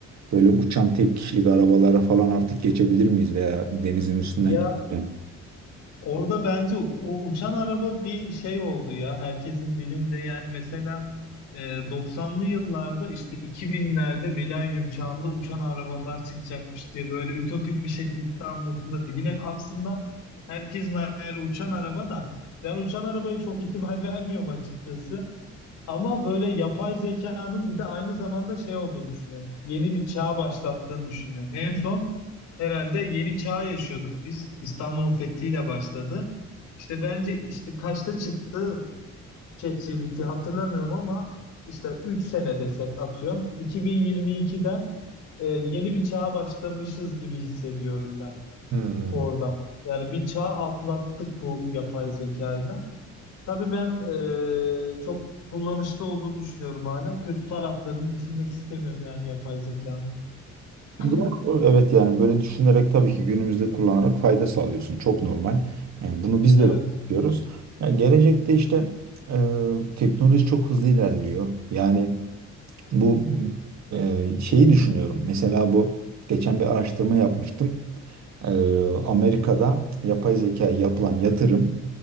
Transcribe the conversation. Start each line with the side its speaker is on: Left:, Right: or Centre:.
Right: böyle uçan tek kişilik arabalara falan artık geçebilir miyiz veya denizin üstünden
Left: Ya
Right: geçebilir
Left: Orada bence o uçan araba bir şey oldu ya. Herkesin dilinde yani mesela e, 90'lı yıllarda işte 2000'lerde milenyum çağında uçan arabalar çıkacakmış diye böyle ütopik bir şekilde anlatılırdı. Yine aslında herkesin hayali uçan araba da ben uçan arabaya çok ihtimal <laughs> vermiyorum açıkçası. Ama böyle yapay zekanın bir de aynı zamanda şey olduğunu düşünüyorum. Yeni bir çağ başlattığını düşünüyorum. En son herhalde yeni çağ yaşıyorduk biz. İstanbul'un fethiyle başladı. İşte bence işte kaçta çıktı ChatGPT hatırlamıyorum ama işte 3 sene desek atıyorum. 2022'den e, yeni bir çağa başlamışız gibi hissediyorum ben
Right: Hmm.
Left: orada. Yani bir çağ atlattık bu yapay zekayla. Tabii ben eee, çok kullanışlı olduğunu düşünüyorum hala. Kötü taraflarını düşünmek istemiyorum yani yapay zekanın. <clears throat>
Right: Doğru. Evet yani böyle düşünerek tabii ki günümüzde kullanarak fayda sağlıyorsun. Çok normal. Yani bunu biz
Left: Evet.
Right: de böyle yapıyoruz. Ya gelecekte işte e, teknoloji çok hızlı ilerliyor. Yani Bu e, şeyi düşünüyorum. Mesela bu geçen bir araştırma yapmıştım. Ee, Amerika'da yapay zekaya yapılan yatırım